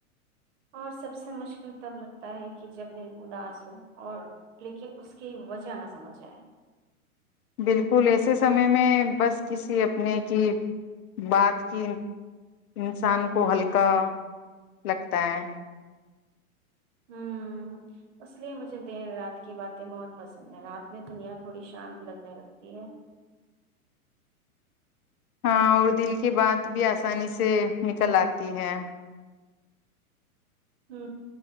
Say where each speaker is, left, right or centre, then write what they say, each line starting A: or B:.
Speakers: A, on the right (about 55°); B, on the left (about 75°).
A: اور سب سے مشکل تب لگتا ہے کہ جب د اداس ہو اور لیکن اس کی وجہ نہ سمجھ آئے
B: بالکل ایسے سمے میں بس کسی اپنے کی بات کی انسان کو ہلکا لگتا ہے
A: ہوں اس لیئے مجھے دیر رات کی باتیں بہت پسند ہیں رات میں دنیا تھوڑی شانت لگنے لگتی ہے
B: ہاں اور دل کی بات بھی آسانی سے نکل آتی ہے
A: ہ